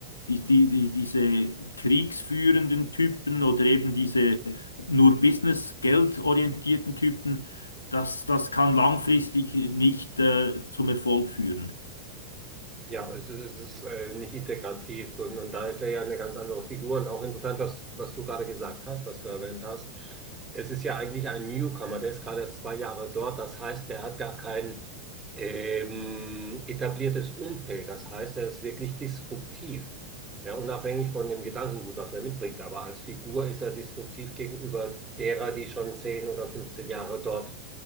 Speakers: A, on the left (about 75°); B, on the right (about 20°).
A: die, die, die, diese kriegsführenden Typen oder eben diese nur Business, geldorientierten Typen, das, das kann langfristig nicht äh, zum Erfolg führen.
B: ja, es ist, es ist äh, nicht integrativ und, und da ist er ja eine ganz andere Figur und auch interessant, was, was du gerade gesagt hast, was du erwähnt hast. Es ist ja eigentlich ein Newcomer, der ist gerade erst zwei Jahre dort. Das heißt, der hat gar kein ähm, etabliertes Umfeld. Das heißt, er ist wirklich disruptiv. Ja, unabhängig von dem Gedankengut, was er mitbringt. Aber als Figur ist er disruptiv gegenüber derer, die schon 10 oder 15 Jahre dort